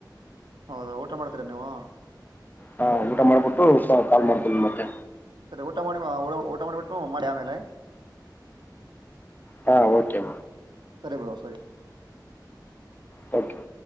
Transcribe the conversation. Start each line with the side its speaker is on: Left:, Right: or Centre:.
Right: ಹೌದಾ ಊಟ ಮಾಡ್ತೀರ ನೀವು
Left: ಹಾ ಊಟ ಮಾಡ್ಬಿಟ್ಟು ಕಾಲ್ ಮಾಡ್ತೀನಿ ಮತ್ತೆ
Right: ಸರಿ ಊಟ ಮಾಡಿ ಊ ಊಟ ಮಾಡಿಬಿಟ್ಟು ಮಾಡಿ ಆಮೇಲೆ
Left: ಹಾ ಓಕೆ
Right: ಸರಿ ಬಿಡೋ ಸರಿ
Left: ತ್ಯಾಂಕ್ ಯು